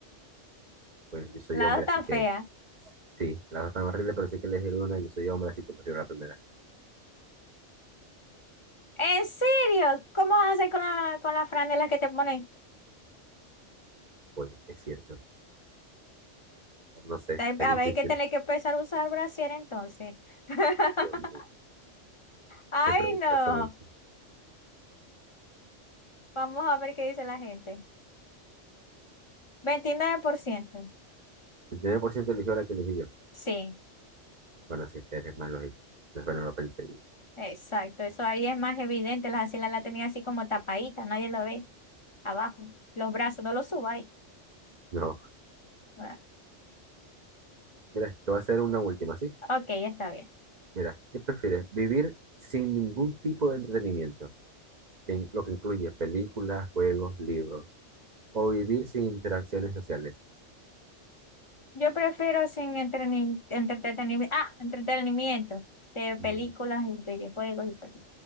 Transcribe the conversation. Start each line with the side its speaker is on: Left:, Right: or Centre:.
Right: Bueno, yo soy
Left: La
Right: hombre,
Left: dos tan
Right: así que
Left: fea.
Right: sí, las dos están horribles, pero sí que elegir una, yo soy hombre, así que prefiero la primera.
Left: ¿En serio? ¿Cómo vas a hacer con la, con las franelas que te ponen?
Right: Bueno, es cierto. No sé,
Left: Te-
Right: es
Left: A
Right: difícil.
Left: ver, hay que tener que empezar a usar brasier entonces. <laughs>
Right: Dios mío,
Left: Ay,
Right: ¿qué preguntas
Left: no.
Right: son? estas?
Left: Vamos a ver qué dice la gente. Veintinueve por ciento,
Right: El 29% eligió la que elegí yo.
Left: Sí,
Right: Bueno, sí, es más lógico. No, pero no lo pensé bien.
Left: exacto. Eso ahí es más evidente. Las axilas la tenía así como tapadita, nadie lo ve. Abajo. Los brazos, no los subáis.
Right: No,
Left: Ah,
Right: mira, te voy a hacer una última, ¿sí?
Left: Ok, está bien.
Right: Mira, ¿qué prefieres? ¿Vivir sin ningún tipo de entretenimiento? que in- Lo que incluye películas, juegos, libros. ¿O vivir sin interacciones sociales?
Left: Yo prefiero sin entreni- entretenimiento. Ah, entretenimiento. De películas
Right: Mm,
Left: y videojuegos y todo.